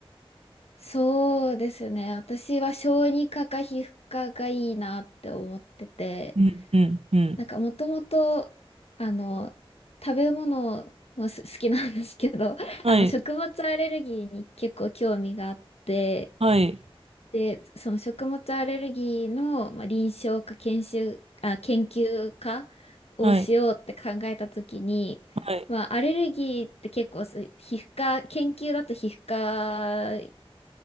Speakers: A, on the left; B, on the right.
A: そうですね。私は小児科か皮膚科がいいなって思ってて、
B: うん、うん、うん。
A: なんかもともと、あの、食べ物もす好きなんですけど、<laughs>
B: はい、
A: あの、食物アレルギーに結構興味があって、
B: はい、
A: で、その食物アレルギーの、まあ、臨床か研修、あ、研究家をしようって考えたときに、
B: はい、はい。
A: まあ、アレルギーって結構そう皮膚科、研究だと皮膚科